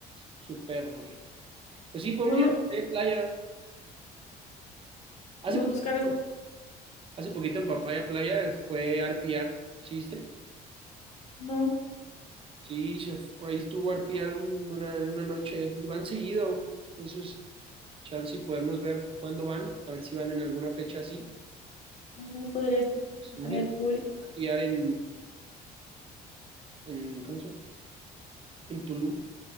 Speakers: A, on the right; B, on the left.
A: súper, pues sí, podemos
B: Podemos,
A: ir a Papaya Playa. Hace
B: podemos
A: poquito,
B: buscar,
A: hace poquito en Papaya Playa fue arpear, ¿sí viste?
B: <laughs> no,
A: Sí, se fue, ahí estuvo arpear un- una, una noche y van seguido, entonces, chance y podemos ver cuándo van, a ver si van en alguna fecha así.
B: no Ah, podría ser.
A: Pues,
B: estaría
A: imagínate,
B: cool.
A: arpear en, en, ¿cómo se llama? en Tulum.